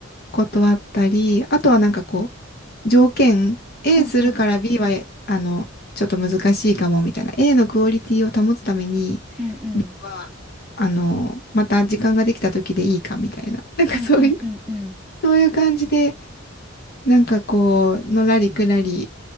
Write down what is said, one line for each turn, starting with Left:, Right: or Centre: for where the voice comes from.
Left: 断ったり、あとはなんかこう、条件、A
Centre: うんうん。
Left: するから B は、あの、ちょっと難しいかもみたいな、A のクオリティを保つために、
Centre: うんうん。
Left: B は、あの、また時間ができた時でいいかみたいな、なんかそういう、
Centre: うんうんうん
Left: そういう感じで、なんかこう、のらりくらり